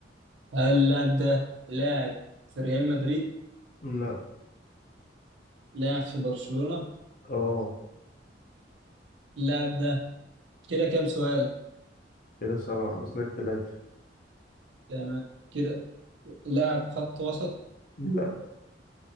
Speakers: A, on the right; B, on the left.
A: اللاعب ده لاعب في ريال مدريد
B: أمم، لا
A: لاعب في برشلونة
B: اه
A: اللاعب ده كده كام سؤال
B: كده سبعة نسلك ثلاثة
A: تمام كده لاعب خط وسط
B: لا